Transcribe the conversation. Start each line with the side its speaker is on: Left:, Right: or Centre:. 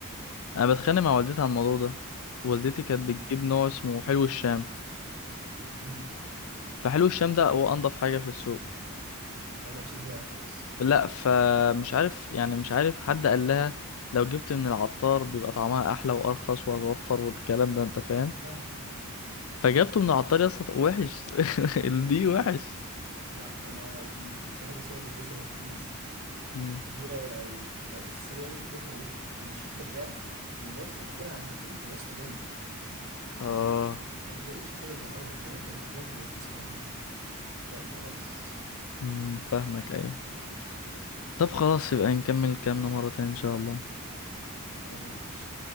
Left: انا بتخانق مع والدتي على الموضوع ده والدتي كانت
Right: مم.
Left: بتجيب نوع اسمه حلو الشام
Right: مم.
Left: فحلو الشام ده هو انضف حاجه في السوق
Right: ما بقاش يتباع خلاص
Left: لا فمش عارف يعني مش عارف حد قال لها لو جبت من العطار بيبقى طعمها احلى وارخص وهتوفر والكلام ده انت فاهم
Right: لا لا لا لا لا
Left: فجبته من العطار يا اسطى وحش <laughs> ال- دي وحش
Right: لا انا بن- في حاجه اسمها بسبوسه ماركليز
Left: مم.
Right: دي رايقه قوي بس هي مشكلتها ايه ان الشركه اتباعت والناس اللي فيها عدلوا في الوصفه جامد
Left: اه
Right: فما بقتش حلوه زي الاول زمان كانت بجد بسبوسه جامده دلوقتي خلاص
Left: مم، فاهمك ايوه طب خلاص يبقى نكمل كلامنا مرة تانية ان شاء الله
Right: تمام ماشي